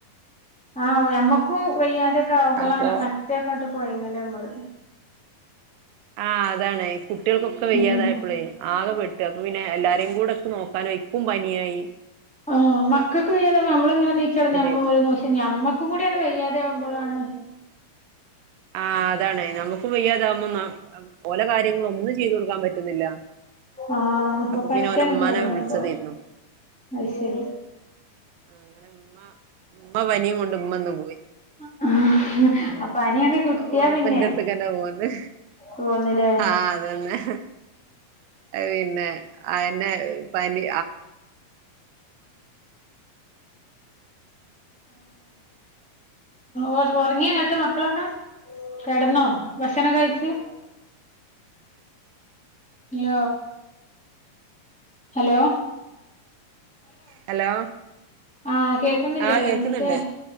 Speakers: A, in the centre; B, on the right (about 80°).
A: ആഹ മ്മക്കും വയ്യാതെയൊക്കെ ആവുമ്പോളാണ്
B: അപ്പൊ
A: മറ്റേൊക്കെട്ട് പോയങ്ങല്ലേ നമ്മള്
B: ആഹ് അതാണ് കുട്ടികൾക്കൊക്കെ വയ്യാതായപ്പോളേ
A: ഉം
B: ആകെ പെട്ടു അപ്പൊ പിന്നെ എല്ലാരേും കൂടെൊക്കെ നോക്കാൻ കുംമ്പാനിയായി
A: ആഹ മക്കക്ക് നമ്മ ഇങ്ങനെ നീച്ചട
B: വിളിച്ചതായിരുന്നു
A: നമ്മ ഓരോം നമ്മക്കും കൂടിയാണ് വയ്യാതെ ആവുമ്പോളാണ്
B: ആ അതാണ് നമ്മുക്ക് വയ്യാതാകുമ്പോ ഓലെ കാര്യങ്ങളും ഒന്നും ചെയ്തു കൊടുക്കാൻ പറ്റുന്നില്ല
A: ആഹ അപ്പൊ പറ്റണ
B: പിന്നെ ഓലെ ഉമ്മാനെ
A: പോഞ്ഞപ്പോ
B: വിളിച്ചതായിരുന്നു
A: അത് ശരി
B: അങ്ങനെ ഉമ്മ ഉമ്മ പനിയും കൊണ്ട് ഉമ്മ നും
A: ആ പനിയണ്ട് കിട്ടിയാ
B: ഓരപ്പന്റെ
A: പിന്നെ
B: അടുത്തക്കന്നെ പോവാന്ന്
A: പോന്നില്ലേ
B: ആഹ അതന്നെ പിന്നെ അന്നെ പനി
A: ആഹ ഉറങ്ങിയ അങ്ങോട്ട് മക്കളൊക്കെ കെടന്നോ ഭക്ഷണംൊക്കെ കഴിച്ചു
B: അ
A: ഇ ഹലോ
B: ഹലോ
A: ആഹ കേക്കുന്നില്ലേ
B: ആഹ്
A: റയിറ്റ
B: കേക്കുന്നുണ്ട്